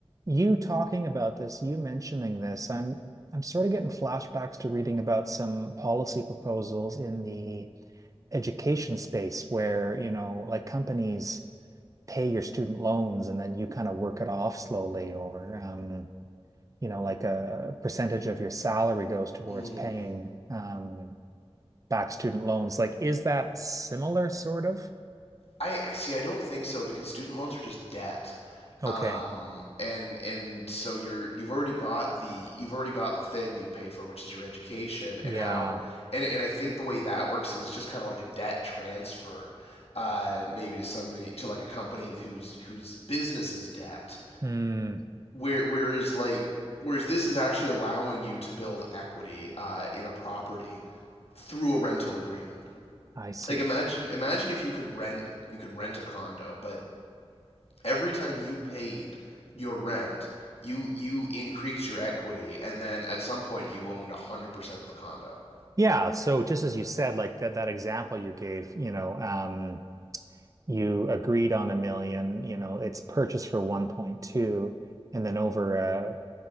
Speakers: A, on the right (about 35°); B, on the left (about 75°).
A: you talking about this, you mentioning this, I'm I'm sort of getting flashbacks to reading about some policy proposals in the education space where, you know, like companies pay your student loans and then you kind of work it off slowly or um, you know like a percentage of your salary goes towards
B: Mm.
A: paying um, back student loans like is that similar sort of
B: I, I see. I don't think so because student loans are just debt,
A: okay
B: um, and and so you're you've already got the you've already got the thing that you paid for, which is your education,
A: yeah
B: and now and and I think the way that works is it's just kind of like a debt transfer, uh, maybe to somebody to like a company whose whose business is debt.
A: Hmm.
B: Where whereas like whereas this is actually allowing you to build equity uh, in a property through a rental agreement
A: i see
B: like imagine imagine if you could rent you could rent a condo but Every time you paid your rent, you you increase your equity, and then at some point you owned one hundred percent of the condo.
A: yeah so just as you said like that that example you gave you know um, you agreed on a million you know it's purchased for 1.2 and then over a